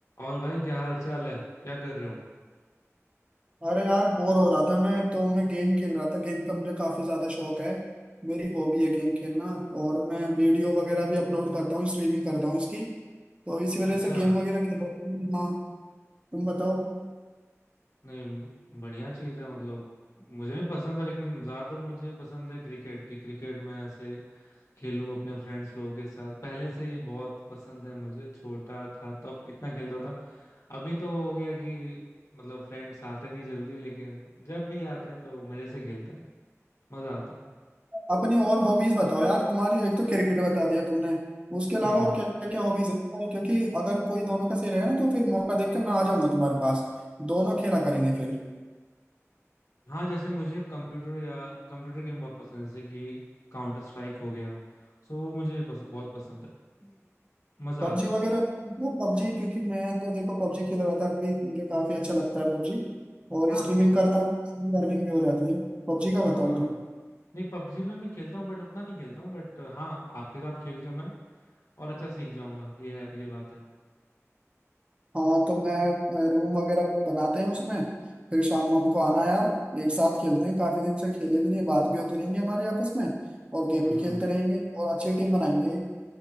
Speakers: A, on the left; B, on the right.
A: और भाई क्या हाल चाल है क्या कर रहे हो
B: अरे यार बोर हो रहा था मैं तो मैं गेम खेल रहा था गेम का मुझे काफी ज्यादा शौक है मेरी हॉबी है गेम खेलना और मैं वीडियो वगैरह भी अपलोड करता हूँ स्ट्रीमिंग करता हूँ इसकी तो इसी वजह
A: अच्छा
B: से गेम वगैरह खेल रहा हूँ हाँ तुम बताओ
A: नहीं म- बढ़िया चीज है मतलब मुझे भी पसंद है लेकिन ज्यादातर मुझे पसंद है क्रिकेट की क्रिकेट में ऐसे खेलूं अपने फ्रेंड्स लोगों के साथ पहले से ही बहुत पसंद है मुझे छोटा था तब इतना खेलता था अभी तो हो गया कि मतलब फ्रेंड्स आते नहीं जल्दी लेकिन जब भी आते हैं तो मजे से खेलते हैं मजा आता है
B: अपनी और हॉबीज बताओ यार तुम्हारी एक तो क्रिकेट बता दिया तुमने उसके अलावा
A: हम्म
B: और क्या क्या हॉबीज है तुम्हारी क्योंकि अगर कोई दोनों का सही रहेगा ना तो फिर मौका देख के मैं आ जाऊंगा तुम्हारे पास दोनों खेला करेंगे फिर
A: हाँ जैसे मुझे कंप्यूटर या कंप्यूटर गेम बहुत पसंद है जैसे कि काउंटर स्ट्राइक हो गया सो वो मुझे बस, बहुत पसंद है हम्म मजा
B: पबजी
A: आता है
B: वगैरह वो पबजी क्योंकि मैं तो देखो पबजी खेल रहा था अभी मुझे काफी अच्छा लगता है पबजी और
A: हाँ
B: स्ट्रीमिंग
A: प,
B: करता हूँ अर्निंग भी हो जाती है पबजी का
A: हाँ
B: बताओ तुम
A: नहीं पबजी में मैं खेलता हूँ बट उतना नहीं खेलता हूँ बट हाँ आपके साथ खेल के मैं और अच्छा सीख जाऊंगा ये है ये बात है
B: हाँ तो मैं रूम वगैरह बनाते हैं उसमें फिर शाम को हमको आना यार एक साथ खेलते हैं काफी दिन से खेले भी नहीं है, बात भी होती रहेंगी हमारे आपस में और गेम
A: हम्म
B: भी
A: हम्म
B: खेलते रहेंगे और अच्छी टीम बनाएंगे